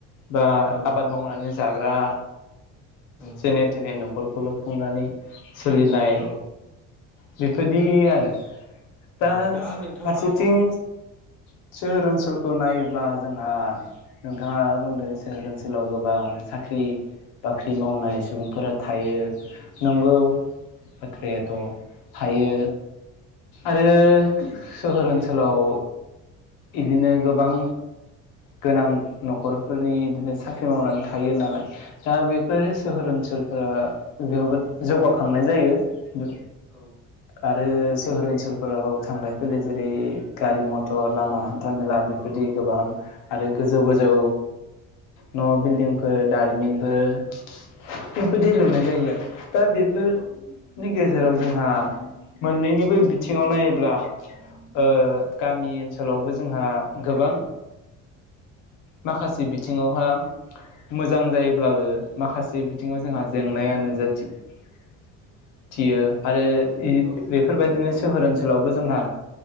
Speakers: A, on the left; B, in the centre.
A: बा
B: औ
A: आबाद मावनानै जाग्रा
B: औ
A: जेने थेने न'खर खुनु खुंनानै सोलिनाय
B: औ
A: जेफोरदि आरो दा
B: औ नोंथांनाव
A: फारसेथिं सो <inaudible> सोहोर ओनसोलखौ नायोब्ला जोंहा नोंथाङा बुंदों सोहोर ओनसोलाव गोबां साख्रि-बाख्रि मावनाय सुबुंफोरा थायो। नंगौ
B: औ
A: बाथ्रायाथ' थायो। आरो सोहोर ओनसोलाव इदिनि गोबां गोनां न'खरफोरनि इदिनो साख्रि मावनानै थायो नालाय दा बैफोर सोहोर ओनसोलफोरा जोबोद जौगाखांनाय जायो। गो आद
B: औ
A: आरो सोहोर ओनसोलफोराव थांलाय फैलाय जेरै गारि-मथर लामा हान्था मेला बेफोरदि गोबां आरो गोजौ गोजौ न' बिल्डिंफोर दारिमिनफोर बेफोरदि
B: औ
A: लुनाय जायो आरो दा बेफोरनि
B: औ
A: गेजेराव जोंहा मोननैनिबो बिथिंङाव नाय ब्ला ओ गामि ओन सोलावबो जोंहा गोबां माखासे बिथिङावहा मोजां जायोब्लाबो माखासे बिथिंङाव जोंहा जेंनाया नुजा थि-थियो। आरो इ
B: औ
A: बेफोरबायदिनो सोहोर ओनसोलावबो जोंहा